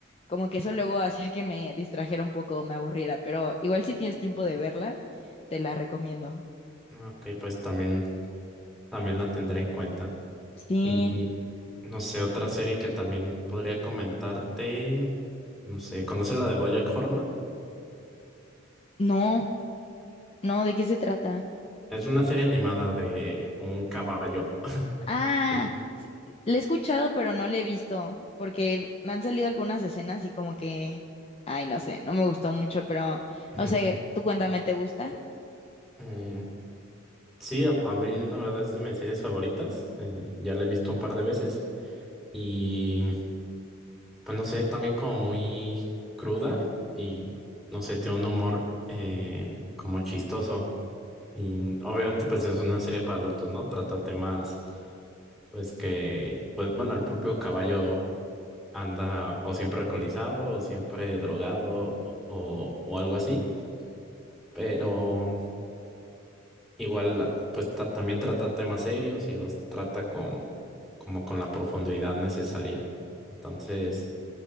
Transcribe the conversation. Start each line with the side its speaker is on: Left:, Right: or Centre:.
Left: Como que eso luego <laughs> hacía que me distrajera un poco, me aburriera, pero igual si tienes tiempo de verla, te la recomiendo.
Centre: Ok, pues también, también la tendré en cuenta.
Left: Sí.
Centre: Y no sé, otra serie que también podría comentarte, no sé, ¿conoces la de BoJack Horseman?
Left: No, no, ¿de qué se trata?
Centre: Es una serie animada de un caballo. <laughs>
Left: Ah,
Centre: Y
Left: s- la he escuchado, pero no la he visto, porque me han salido algunas escenas y como que, ay, no sé, no me gustó mucho, pero
Centre: <clears throat>
Left: no sé, tú cuéntame, ¿te gusta?
Centre: eh, sí, a, a mí la verdad es de mis series favoritas. Eh, ya la he visto un par de veces. Y pues no sé, es también como muy cruda y no sé, tiene un humor eh, como chistoso. Y obviamente pues es una serie para adultos, ¿no? Trata temas pues que, pues bueno, el propio caballo anda o siempre alcoholizado o siempre drogado o, o algo así, pero igual pues ta- también trata temas serios y los trata con como con la profundidad necesaria. Entonces,